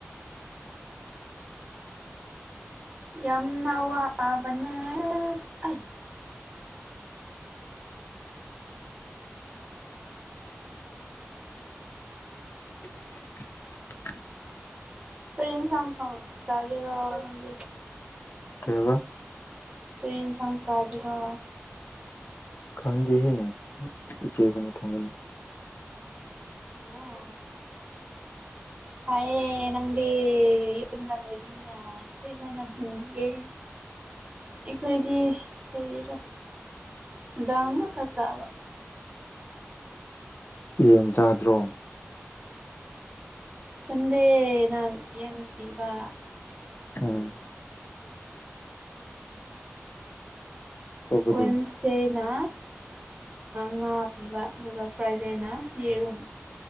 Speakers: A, on the right; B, on the left.
A: ꯌꯥꯝꯅꯥꯋꯥ ꯅꯦꯦ ꯑ <unintelligible> <inaudible>
B: <unintelligible>
A: ꯀꯅ ꯁꯪ ꯊ ꯒꯦ ꯔꯣꯑꯣꯒꯦ <inaudible>
B: ꯀꯦꯕ
A: ꯇ꯭ꯔꯔꯤꯦꯟꯁꯥꯡ ꯆꯒꯤꯔꯣ
B: ꯈꯪꯗꯦꯍꯦ ꯎꯆꯦꯛ ꯑꯣꯏꯅ ꯊꯣꯡꯒꯅꯤ
A: ꯑꯣ ꯍꯌꯦ ꯅꯪꯗꯤ ꯌꯝꯗꯥ ꯂꯩꯕꯅꯤꯅ ꯏꯁꯩ ꯀꯅ ꯊꯨꯡꯕꯤꯒꯦ ꯑꯩꯈꯣꯏꯗꯤ ꯀꯔꯤꯔꯣ ꯗꯥꯡ ꯉꯥꯛꯛꯇ ꯆꯥꯕ
B: ꯌꯦꯟ ꯆꯥꯗ꯭ꯔꯣ
A: ꯁꯗꯦ ꯅꯥꯟ ꯌꯦꯟ ꯄꯤꯕ
B: ꯍꯝ ꯑꯇꯣꯞꯄꯗꯤ
A: ꯋꯦꯟꯁ ꯇꯩꯅ ꯉꯥ ꯄꯤꯕ ꯑꯗꯨꯒ ꯐ꯭ꯔꯥꯏꯗꯦꯅ ꯌꯦꯔꯨꯝ